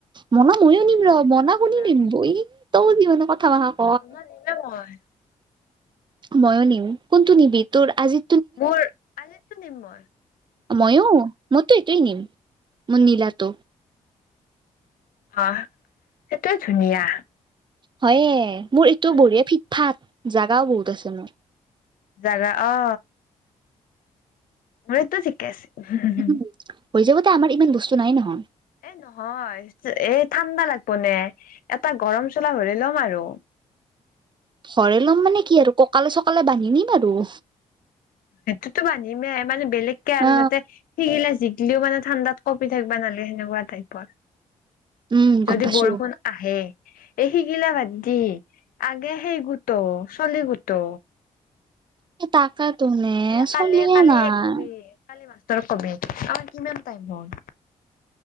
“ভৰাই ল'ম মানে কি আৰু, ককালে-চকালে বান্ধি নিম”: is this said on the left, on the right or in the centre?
Right